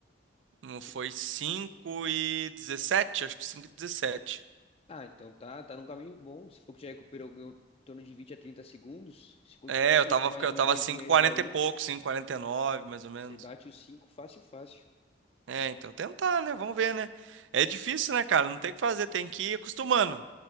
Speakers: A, on the right; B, on the left.
A: Não
B: De-
A: foi 5 e dezessete acho que cinco e 17.
B: Ah, então tá, tá num caminho bom. Se for que já recuperou em torno de 20 a 30 segundos, se continuar
A: É,
B: nesse
A: eu tava
B: ritmo mais
A: eu
B: um,
A: tava
B: dois
A: cinco
B: meses
A: e 40
B: aí.
A: e pouco, 5 e quarenta e nove mais ou menos.
B: Você bate os cinco fácil, fácil.
A: É, então tentar, né? Vamos ver, né? É difícil, né, cara? Não tem o que fazer, tem que ir acostumando.